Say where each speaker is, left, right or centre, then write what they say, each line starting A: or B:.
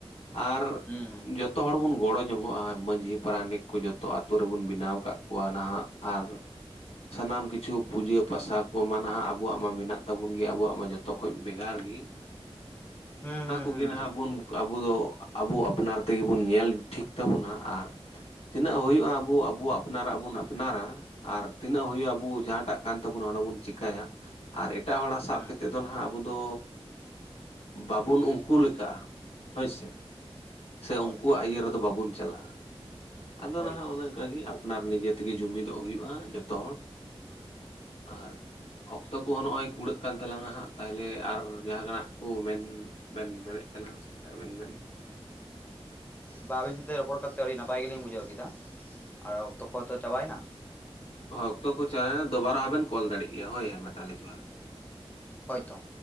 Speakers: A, on the left; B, on the left.
A: ᱟᱨ
B: ᱦᱩᱸ
A: ᱡᱚᱛ ᱡᱚᱛᱚ ᱦᱚᱲ ᱵᱚᱱ ᱜᱚᱲᱚ ᱡᱚᱝᱚᱜᱼᱟ ᱢᱺᱡᱷᱤ ᱯᱟᱨᱟᱱᱤᱠ ᱠᱚ ᱡᱚᱛᱚ ᱟᱛᱳ ᱨᱮᱵᱚᱱ ᱵᱮᱱᱟᱣ ᱠᱟᱫ ᱠᱚᱣᱟ ᱱᱟᱦᱟᱜ ᱟᱨ ᱥᱟᱱᱟᱢ ᱠᱤᱪᱷᱩ ᱯᱩᱡᱟᱹ ᱯᱟᱥᱟ ᱠᱚ ᱢᱟᱱᱟᱜ ᱟᱵᱚᱣᱟᱜ ᱢᱟ ᱢᱮᱱᱟᱜ ᱛᱟᱵᱚᱱ ᱜᱮᱭᱟ ᱟᱵᱚᱣᱟᱜ ᱢᱟ ᱡᱚᱛᱚ ᱠᱷᱚᱡᱽ ᱵᱷᱮᱜᱟᱨ ᱜᱮ
B: <unintelligible>
A: ᱚᱱᱟ
B: ᱦᱩᱸ
A: ᱠᱚᱜᱮ
B: ᱦᱩᱸ
A: ᱱᱷᱟᱜ ᱵᱚᱱ ᱟᱵᱚ ᱫᱚ ᱟᱵᱚ ᱟᱯᱱᱟᱨ ᱛᱮᱜᱮ ᱵᱚᱱ ᱧᱮᱞ ᱴᱷᱤᱠ ᱛᱟᱵᱚᱱᱟ ᱟᱨ ᱛᱤᱱᱟᱹᱜ ᱦᱩᱭᱩᱜᱼᱟ ᱟᱵᱚ ᱟᱵᱚ ᱟᱯᱱᱟᱨᱟᱜ ᱵᱚᱱ ᱟᱯᱱᱟᱨ ᱟᱨ ᱛᱤᱱᱟᱹᱜ ᱦᱩᱭᱩᱜᱼᱟ ᱟᱵᱚ ᱡᱟᱦᱟᱸᱴᱟᱜ ᱠᱟᱱ ᱛᱟᱵᱚᱱᱟ ᱚᱱᱟ ᱵᱚᱱ ᱪᱮᱤᱠᱟᱹᱭᱟ ᱟᱨ ᱮᱴᱟᱜ ᱦᱚᱲᱟᱜ ᱥᱟᱵ
B: ᱦᱩᱸ
A: ᱠᱟᱛᱮᱫ ᱫᱚ ᱱᱟᱦᱟᱜ ᱟᱵᱚ ᱫᱚ ᱵᱟᱵᱩᱱ ᱩᱱᱠᱩ ᱞᱮᱠᱟᱜᱼᱟ ᱦᱳᱭᱥᱮ ᱥᱮ
B: ᱦᱳᱭ
A: ᱩᱱᱠᱩᱣᱟᱜ
B: ᱦᱳᱭ
A: ᱤᱭᱟᱹ ᱨᱮᱫᱚ ᱵᱟᱵᱚᱱ ᱪᱟᱞᱟᱜᱼᱟ ᱟᱫᱚ
B: ᱦᱳᱭᱛᱚ
A: ᱱᱟᱦᱟᱜ ᱚᱱᱮ ᱚᱱᱠᱟᱜᱮ ᱟᱯᱱᱟᱨ ᱱᱤᱡᱮ ᱛᱮᱜᱮ ᱡᱩᱢᱤᱫᱚᱜ ᱦᱩᱭᱩᱜᱼᱟ ᱡᱚᱛᱚ ᱦᱚᱲ ᱟᱨ ᱚᱠᱛᱚ ᱠᱚᱦᱚᱸ ᱱᱚᱜᱼᱚᱭ ᱠᱩᱲᱟᱹᱜ ᱠᱟᱱ ᱛᱟᱞᱟᱝᱟ ᱦᱟᱸᱜ ᱛᱟᱦᱚᱞᱮ ᱟᱨ ᱡᱟᱦᱟᱸᱱᱟᱜ ᱠᱚ ᱢᱮᱱ ᱵᱮᱱ ᱵᱮᱨᱮᱫ ᱠᱟᱱᱟ ᱥᱮ ᱟᱵᱮᱱ ᱵᱮᱱ
B: ᱵᱟ ᱟᱹᱵᱤᱱ ᱥᱟᱶᱛᱮ ᱨᱚᱯᱚᱲ ᱠᱟᱛᱮᱫ ᱟᱹᱰᱤ ᱱᱟᱯᱟᱭ ᱜᱮᱞᱤᱧ ᱵᱩᱡᱷᱟᱹᱣ ᱠᱮᱫᱟ ᱟᱨ ᱚᱠᱛᱚ ᱠᱚᱦᱚᱸ ᱛᱚ ᱪᱟᱵᱟᱭᱮᱱᱟ
A: ᱦᱳ ᱚᱠᱛᱚ ᱠᱚ ᱪᱟᱞᱟᱣᱱᱟ ᱫᱚᱵᱟᱨ ᱦᱚᱸ ᱵᱤᱱ ᱵᱤᱱ ᱠᱚᱞ ᱫᱟᱲᱮᱜ ᱜᱮᱭᱟ ᱦᱳᱭ ᱦᱮᱸ ᱢᱟ ᱛᱟᱦᱚᱞᱮ ᱡᱚᱦᱟᱨ
B: ᱦᱚᱭ ᱛᱚ